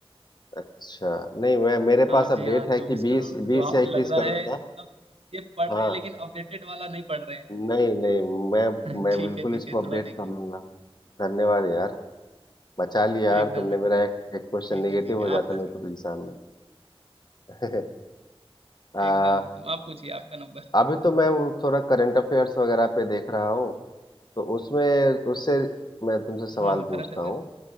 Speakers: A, on the left (about 45°); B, on the right (about 75°).
A: अच्छा नहीं मैं मेरे
B: हाँ
A: पास अपडेट
B: जी हाँ
A: है
B: चौबीस
A: कि
B: करोड़
A: बीस बीस
B: तो आप
A: या
B: लग
A: इक्कीस
B: रहा
A: करोड़
B: है
A: था
B: आप ये पढ़
A: हाँ
B: रहे हैं लेकिन अपडेटेड वाला नहीं पढ़ रहे हैं
A: नहीं नहीं मैं
B: <laughs>
A: मैं
B: ठीक
A: बिल्कुल
B: है ठीक
A: इसको
B: है
A: अपडेट
B: थोड़ा देखिए
A: कर लूंगा धन्यवाद यार बचा लिया यार
B: एकदम
A: तुमने
B: एकदम
A: मेरा एक एक क्वेश्चन
B: ठीक
A: नेगेटिव
B: है ठीक
A: हो
B: है
A: जाता
B: आप पूछिए
A: नहीं तो एग्जाम में <laughs> आ,
B: एकदम एकदम आप पूछिए आपका नंबर
A: अभी तो मैं वो थोड़ा करंट अफेयर्स वगैरह पे देख रहा हूँ तो उसमें उससे मैं तुमसे सवाल
B: हाँ हाँ करंट
A: पूछता
B: अफेयर
A: हूँ